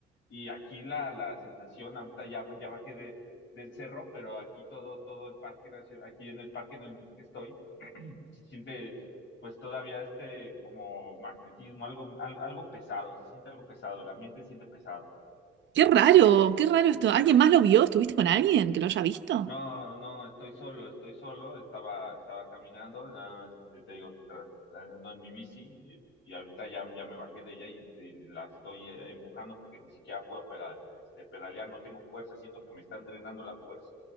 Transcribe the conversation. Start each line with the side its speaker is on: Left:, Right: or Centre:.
Left: y aquí la, la sensación, ahorita ya, ya bajé de, del cerro, pero aquí todo, todo el parque, nacio- aquí en el parque en el que estoy, <clears throat> se siente pues todavía este como magnetismo, algo, al- algo pesado, se siente algo pesado, el ambiente se siente pesado.
Right: Qué raro, qué raro esto. ¿Alguien más lo vio? ¿Estuviste con alguien que lo haya visto?
Left: No, no, estoy solo, estoy solo, estaba, estaba caminando, nada más este, te digo que estaba andando en mi bici y, y ahorita ya, ya me bajé de ella y, y la estoy eh, empujando porque ni siquiera puedo peda- este, pedalear, no tengo fuerza, siento que me están drenando la fuerza.